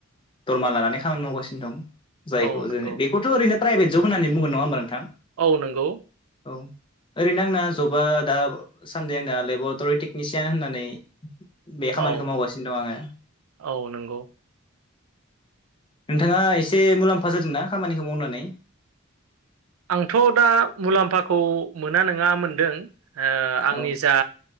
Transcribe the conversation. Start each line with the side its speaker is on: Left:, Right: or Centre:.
Left: दरमा लानानै खामानि मावगासिनो दं। जायखौ
Right: औ नंगौ
Left: जोङो बेखौथ' ओरैनो प्राइभेट जब होननानै बुङो नङा होमबा नोंथां?
Right: औ नोंगौ।
Left: औ। ओरैनो आंना जबा दा सान्दै आंना लेबरटरि टेकनिसियान होननानै बे खामानिखो
Right: औ
Left: मावगासिनो दं आङो।
Right: औ नंगौ
Left: नोंथाङा एसे मुलाम्फा जादोंना खामानिखौ मावनानै?
Right: आंथ' दा मुलाम्फाखौ मोना नोङा मोनदों ओ आंनि
Left: औ
Right: जा